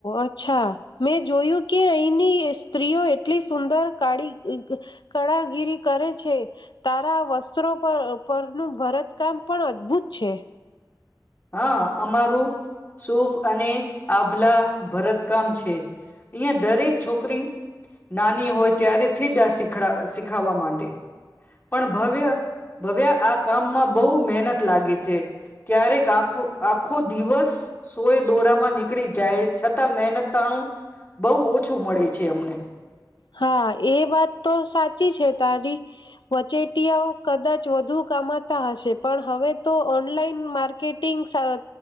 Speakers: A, on the left; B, on the left.
A: અચ્છા મેં જોયું કે અહીની સ્ત્રીઓ એટલી સુંદર કાળી કળાગીરી કરે છે તારા વસ્ત્રો પર પરનું ભરતકામ પણ અદભુત છે.
B: હા અમારું સુફ અને આભલા ભરતકામ છે. અહીં દરેક છોકરી નાની હોય ત્યારેથી જ આખ શીખડાવા શીખાવા માંડે પણ ભવ્ય ભવ્ય આ કામમાં બહુ મહેનત લાગે છે. આખો આખો દિવસ સોય દોરામાં નીકળી જાય છતાં મહેનતતાણું બહુ ઓછું મળે છે અમને
A: હા એ વાત તો સાચી છે, તારી વચેટીયાઓ કદાચ વધુ કમાતા હશે પણ હવે તો ઓનલાઈન માર્કેટિંગ સા